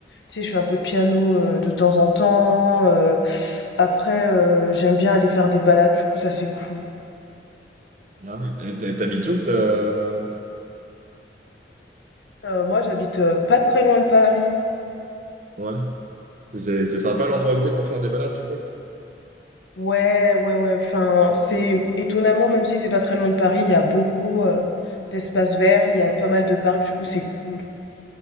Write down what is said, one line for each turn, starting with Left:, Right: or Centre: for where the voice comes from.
Left: tu sais, je fais un peu de piano euh, de temps en temps. euh, après, euh, j'aime bien aller faire des balades. Du coup, ça c'est cool.
Right: Ah, mais T'habites où? t'as-
Left: Euh, moi, j'habite euh, pas très loin de Paris.
Right: Ouais. C'est c'est sympa l'endroit où t'es pour faire des balades du coup?
Left: Ouais, ouais, ouais. Enfin, c'est étonnamment, même si c'est pas très loin de Paris, il y a beaucoup euh, d'espaces verts, il y a pas mal de parcs, du coup, c'est cool.